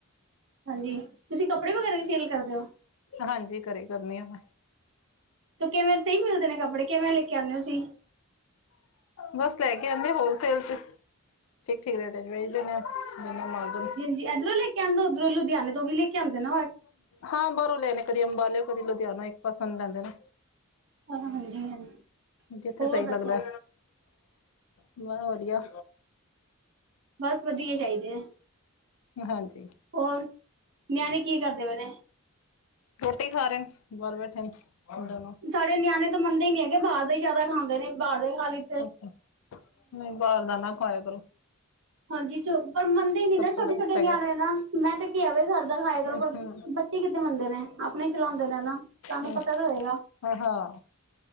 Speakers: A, on the right; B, on the left.
A: -ਹਾਂਜੀ, ਤੁਸੀਂ ਕੱਪੜੇ ਵਗ਼ੈਰਾ ਵੀ ਸੇਲ ਕਰਦੇਂ ਔ।
B: ਹਾਂਜੀ, ਕਰੇ ਕਰਨੇ ਆ ਮੈਂ।
A: ਤੋਂ ਕਿਵੇਂ ਸਹੀ ਮਿਲਦੇ ਨੇ ਕੱਪੜੇ, ਕਿਵੇਂ ਲੇ ਕੇ ਆਨੇ ਤੁਸੀਂ।
B: ਬਸ ਲੈ ਕੇ ਆਉਂਦੇ ਹੋਲਸੇਲ ਚੋ। ਠੀਕ -ਠੀਕ ਰੇਟਾਂ ਚ ਵੇਚਦੇ ਨੇ, ਜਿੰਨੇਂ ਮਾਰਜਨ।
A: ਏਧਰੋਂ ਲੈ ਕੇ ਆਂਦੇ, ਉਧਰੋਂ ਲੁਧਿਆਣੇ ਤੋਂ ਵੀ ਲੇ ਕੇ ਆਂਦੇ ਨਾ ਹੋਏ।
B: ਹਾਂ, ਬਾਹਰੋਂ ਲੈਣੇ, ਕਦੀ ਅੰਬਾਲਿਓ ਕਦੀ ਲੁਧਿਆਣਾ, ਇੱਕ ਪਾਸੇ ਨੂੰ ਲੈਂਦੇ ਨੇ।
A: ਹਾਂਜੀ ਹਾਂਜੀ
B: ਜਿੱਥੇ
A: ਹੋਰ
B: ਸਹੀ
A: ਦੱਸੋ
B: ਲੱਗਦਾ। ਬਹ ਵਧੀਆਂ।
A: ਬਸ ਵਧੀਆਂ ਚਾਹੀਦੇ ਐ।
B: ਹਾਂਜੀ।
A: ਹੋਰ, ਨਿਆਣੇ ਕੀ ਕਰਦੇਂ ਪਏ ਨੇ।
B: ਰੋਟੀ ਖਾ ਰੇ ਨੇ, ਬਾਹਰ ਬੈਠੇ ਨੇ ਦੋਨੋਂ।
A: ਸਾਡੇ ਨਿਆਣੇ ਤਾਂ ਮੰਨਦੇ ਈ ਨੀ ਹੈਗੇ, ਬਾਹਰ ਦੇ ਹੀ ਜ਼ਿਆਦਾ ਖਾਂਦੇ ਨੇ, ਬਾਹਰ ਦੇ ਖਾਲੀ
B: ਅੱਛਾ, ਨਈ ਬਾਹਰ ਦਾ ਨਾ ਖਵਾਇਆ ਕਰੋਂ।
A: ਹਾਂਜੀ ਚ ਪਰ ਮੰਨਦੇ ਈ ਨਾ ਛੋਟੇ
B: ਤੋਂ ਬੈਸਟ
A: -ਛੋਟੇ
B: ਹੈਗਾ।
A: ਨਿਆਣੇ ਨਾ, ਮੈਂ ਤਾਂ ਕਿਹਾ ਆਵੇ ਘਰ ਦਾ ਖਾਇਆ ਕਰੋ
B: ਹੂੰ-ਹੂੰ,
A: ਪਰ ਕਿਥੇ ਮੰਨਦੇ ਨੇ, ਆਪਣੇ ਈ ਚਲਾਉਂਦੇ ਨੇ ਨਾ। ਤੁਹਾਨੂੰ
B: ਹੂੰ।
A: ਪਤਾ ਤਾਂ ਹੈਏਗਾ,
B: ਹਾਂ